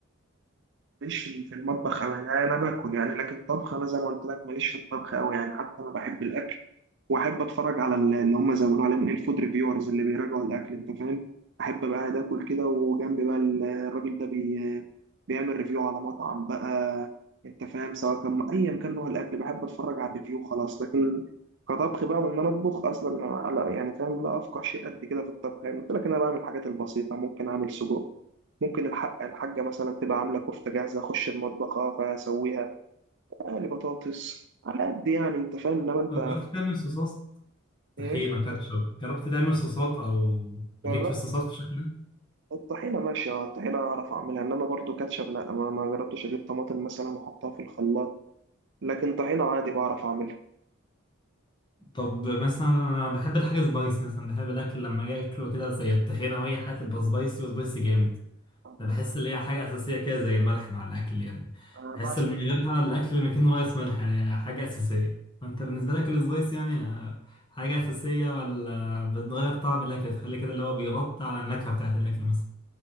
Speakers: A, on the right; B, on the left.
A: ماليش في في المطبخ أوي، يعني انا باكل يعني لكن طبخ انا زي ما قلت لك ماليش في الطبخ قوي يعني حتى انا بحب الاكل واحب اتفرج على ال- اللي هم زي ما بنقول عليهم ايه الفود ريفيورز اللي بيراجعوا الاكل انت فاهم احب بقى قاعد اكل كده وجنبي بقى ال- الراجل ده بي بيعمل ريفيو على مطعم بقى انت فاهم سواء كان ايا كان نوع الاكل بحب اتفرج على الريفيو خلاص لكن كطبخ بقى وان انا اطبخ اصلا لا يعني فاهم لا افقه شيء قد كده في الطبخ يعني قلت لك إن انا بعمل الحاجات البسيطه ممكن اعمل سجق ممكن الحق الحاجه مثلا تبقى عامله كفته جاهزه اخش المطبخ اه فاسويها اقلي بطاطس على قد يعني انت فاهم انما انت
B: طب جربت تعمل صوصات طحينه
A: ايه
B: كاتشب جربت تعمل صوصات او ليك
A: جربت
B: في الصوصات في شكل
A: الطحينة ماشي اه الطحينة أعرف أعملها إنما برضو كاتشب لأ ما, ما جربتش أجيب طماطم مثلا وأحطها في الخلاط لكن طحينة عادي بعرف أعملها
B: طب مثلا انا بحب الحاجه سبايسي مثلا بحب الاكل لما اجي اكله كده زي الطحينه او اي حاجه تبقى سبايسي وسبايسي جامد
A: بص
B: انا بحس اللي هي حاجه اساسيه كده زي الملح مع الاكل يعني
A: أنا
B: بحس
A: بعشق
B: اللي من غيرها الاكل ما يكون رايس ملح يعني حاجه اساسيه فانت بالنسبه لك السبايس يعني آه، حاجه اساسيه ولا بتغير طعم الاكل تخلي كده اللي هو بيغطي على النكهه بتاعت الاكل مثلا